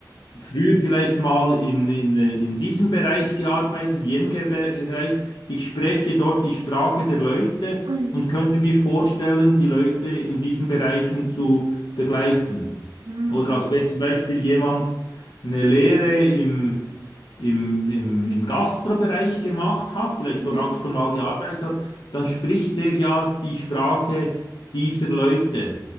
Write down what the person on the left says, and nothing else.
früher vielleicht mal in, in, äh, in diesem Bereich gearbeitet, jenem Ge- Bereich, ich spreche dort die Sprache der Leute
und könnte mir vorstellen, die Leute in diesen Bereichen zu begleiten.
Oder also wenn zum Beispiel jemand eine Lehre im, im, im, im Gastrobereich gemacht hat, vielleicht
dort auch schon mal gearbeitet hat, dann spricht der ja die Sprache dieser Leute.